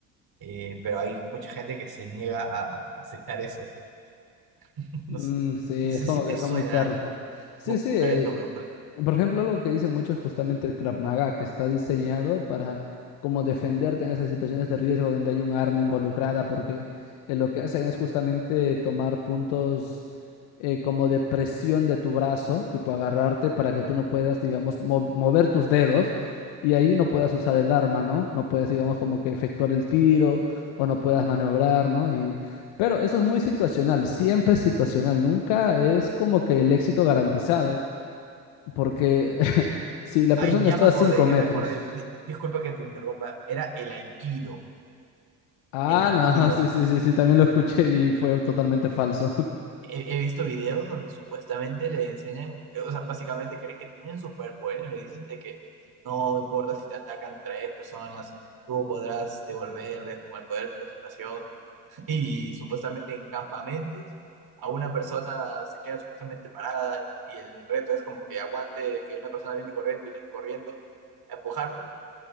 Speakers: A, on the right; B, on the left.
A: eh, pero hay mucha gente que se niega a aceptar eso. <laughs> No
B: Mm,
A: sé,
B: sí,
A: no sé
B: es como
A: si te
B: que son
A: suena,
B: muy tercos.
A: ay,
B: Sí,
A: bu-
B: sí.
A: buscaré
B: eh,
A: el nombre, buscaré
B: por ejemplo, algo que dicen muchos es justamente el Krav Maga, que está diseñado para como defenderte en esas situaciones de riesgo donde hay un arma involucrada, porque eh, lo que hacen es justamente tomar puntos eh, como de presión de tu brazo, tipo agarrarte para que tú no puedas, digamos, mov- mover tus dedos y ahí no puedas usar el arma, ¿no? No puedas, digamos, como que efectuar el tiro o no puedas maniobrar, ¿no? Y pero eso es muy situacional, siempre es situacional, nunca es como que el éxito garantizado, porque <laughs> si la
A: Ay,
B: persona
A: ya
B: está
A: me acordé,
B: a 5
A: ya
B: metros,
A: me acordé. Di- di- disculpa que te interrumpa. Era el aikido,
B: ah,
A: el aikido.
B: no, <laughs> sí, sí, sí, sí, también lo escuché y fue totalmente falso. <laughs>
A: He, he visto videos donde supuestamente le enseñan, eh, o sea, básicamente creen que tienen superpoderes. Le dicen de que no importa si te atacan tres personas, tú podrás devolverles con el poder de tu concentración. <laughs> Y supuestamente en campamentos a una persona se queda supuestamente parada y el reto es como que aguante que una persona viene corriendo, corriendo a empujarlo